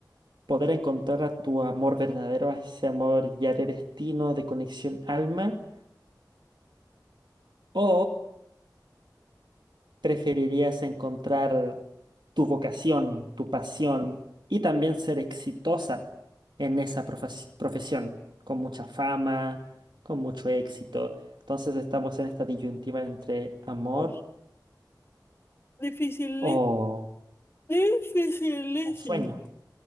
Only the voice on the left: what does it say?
Uf, difícil,
dificilísimo.